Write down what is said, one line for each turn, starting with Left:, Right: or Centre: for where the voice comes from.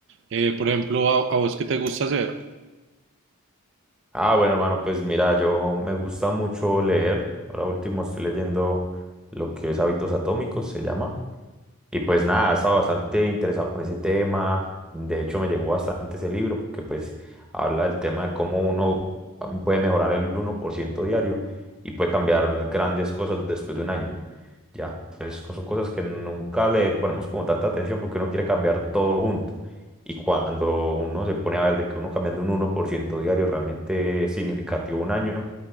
Right: Eh, por ejemplo, a, a vos qué te gusta hacer?
Centre: Ah, bueno, hermano, pues mira, yo me gusta mucho leer. Ahora último estoy leyendo lo que es Hábitos Atómicos, se llama. Y pues nada, he estado bastante interesado con ese tema. De hecho, me llegó bastante ese libro porque pues habla del tema de cómo uno mm, puede mejorar el uno por ciento diario y puede cambiar grandes cosas después de un año. Ya, entonces son cosas que nunca le ponemos como tanta atención porque uno quiere cambiar todo junto. Y cuando uno se pone a ver de que uno cambiando un uno por ciento diario realmente es significativo un año,